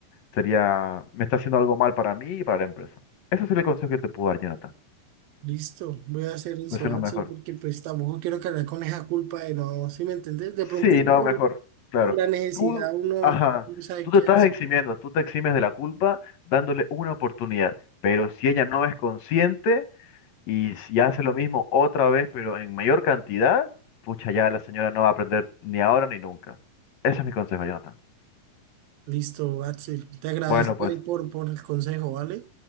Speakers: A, on the left; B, on the right.
A: Sería, me está haciendo algo mal para mí y para la empresa. Ese es el consejo que te puedo dar, Jonathan.
B: Listo, voy a hacer eso,
A: Pues es lo
B: Axel,
A: mejor.
B: porque pues tampoco quiero cargar con esa culpa de no, sí me entendés? De pronto
A: Sí,
B: por,
A: no, mejor, claro.
B: por la necesidad
A: Tú,
B: uno
A: ajá,
B: no sabe
A: tú
B: qué
A: te estás
B: hacer
A: eximiendo, tú te eximes de la culpa dándole una oportunidad, pero si ella no es consciente y si hace lo mismo otra vez, pero en mayor cantidad, pucha, ya la señora no va a aprender ni ahora ni nunca. Ese es mi consejo, Jonathan.
B: Listo, Axel, te agradezco
A: Bueno, pues,
B: ahí por, por el consejo, ¿vale?